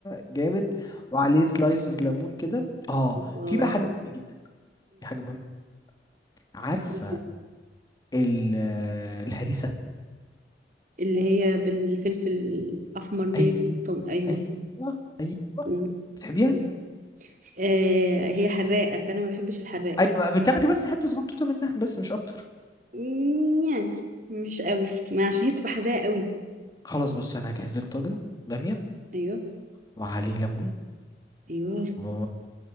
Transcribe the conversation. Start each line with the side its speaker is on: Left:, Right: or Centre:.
Left: جامد وعليه سلايسز ليمون كده اه
Right: <laughs> اه
Left: في بقى حاجه مهمه جدا في حاجه مهمه عارفه
Right: ايه
Left: ال- آه، الهريسه
Right: اللي هي بالفلفل الأحمر ديت
Left: ايوه
Right: وطم أيوه
Left: ايوه ايوه
Right: مم.
Left: بتحبيها
Right: ايوه آه
Left: آه،
Right: هي حراقة فأنا ما بحبش الحراق
Left: ايوه بقى بتاخدي بس حته صغنطوطه منها بس مش اكتر
Right: مم، يعني مش قوي ما عشان هي بتبقى حراقة قوي
Left: خلاص بص انا هجهز لك طاجن باميه
Right: أيوه
Left: وعليه ليمون
Right: أيوه
Left: و...